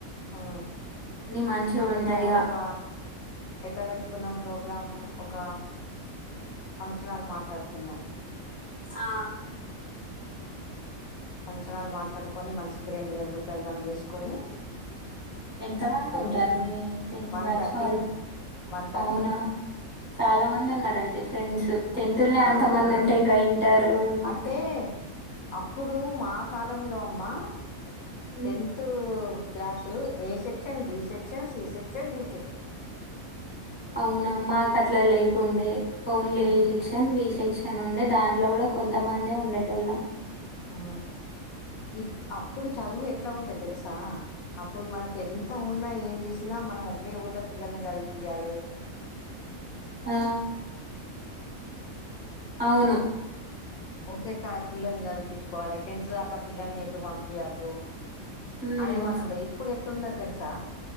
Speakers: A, on the left; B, on the right.
A: ఆ
B: మంచిగుంటాయిగ.
A: అని ఒక ఎట్లా పెట్టుకున్నాం ప్రోగ్రాం ఒక ఫంక్షన్ హాల్ మాట్లాడుకున్నాం
B: ఆ
A: ఫంచనాలు మాట్లాడుకొని మనిషికి రెండు వేల రూపాయలు జమ చేసుకొని
B: ఎంత మంది
A: గురు
B: ఉంటారు మీ టెన్త్
A: వన్
B: బ్యాచ్
A: థర్టీ
B: వాళ్ళు
A: వన్ తర్టీ
B: అవునా! చాలా మంది ఉన్నారు అయితే ఫ్రెండ్స్ టెంతుల్నే
A: ఆ
B: అంతమంది ఉంటే ఇంకా ఇంటరు మొత్తం
A: అంటే అప్పుడు
B: హ్మ్.
A: మా కాలంలో అమ్మా
B: హ్మ్.
A: Tenth batch A section B section C section D section
B: అవునా మాకు అట్లా లేకుండే only
A: um
B: A section B section section ఉండే దాంట్లో కూడా కొంతమంది ఉండేట వాళ్ళం
A: ఆ ఇ అప్పుడు చదువు ఎట్లా ఉండే తెలుసా అప్పుడు మనకు ఎంత ఉన్నా ఏం చేసినా మనం ఒకే ఊర్లో పిల్లల్ని చదిపియాలే
B: ఆ అవును
A: ఓకే కాడ పిల్లల్ని చదిపించుకోవాలి టెన్త్ దాకా పిల్లల్ని ఎటు పంపియద్దు
B: హ్మ్.
A: అనే వాళ్ళు ఉండేది ఇప్పుడు ఎట్లున్నది తెలుసా